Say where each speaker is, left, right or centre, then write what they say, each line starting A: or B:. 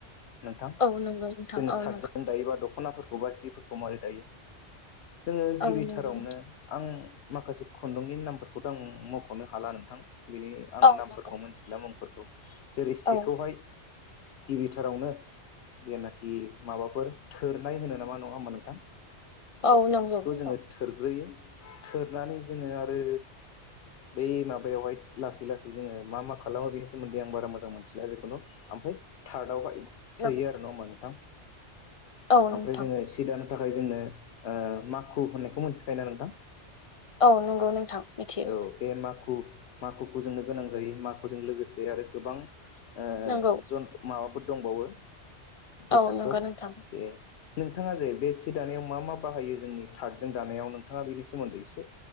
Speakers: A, on the left; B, on the left.
A: नोंथां
B: औ नंगौ नोंथां
A: जोङो
B: औ
A: थादजों
B: नंगौ।
A: दायोबा दख'ना दख'नाफोरखौ बा सिफोरखौ माबारै दायो जोङो
B: औ
A: गिबिथारावनो
B: नंगौ
A: आं माखासे खुन्दुंनि नामफोरखौथ' आं मख'नो हाला नोंथां बिनि आं
B: औ
A: नामफोरखौ
B: नंगौ
A: मिथिला मुंफोरखौ <inaudible> जेरै सिखौहाय
B: औ
A: गिबिथारावनो जेनाखि माबाफोर थोरनाय होनो नामा नङा होमबा नोंथां
B: औ नंगौ
A: सिखौ
B: औ
A: जोङो थोरग्रोयो थोरनानै जोङो आरो बै माबायावहाय लासै लासै जोङो मा मा खालामो बेनि सोमोन्दै आं बारा मोजां मोनथिला जेखुनु ओमफ्राय थादाव आवहाय सोयो
B: नंगौ
A: आरो नोंथां
B: औ नोंथां
A: ओमफ्राय जोङो सि दानो थाखाय जोंनो ओ माखु होननायखौ मोनथिखायोना नोंथां
B: औ नंगौ नोंथां मिथियो
A: औ बे माखु माखुखौ जोंनो गोनां जायो माखुजों लोगोसे आरो गोबां ओ
B: नंगौ
A: माबाफोर दंबावो बेसादफोर
B: औ नंगौ नोंथां।
A: जे नोंथाङा जे बे सि दानायाव मा मा बाहायो जोंनि थादजों दानायाव नोंथाङा बेनि सोमोन्दै एसे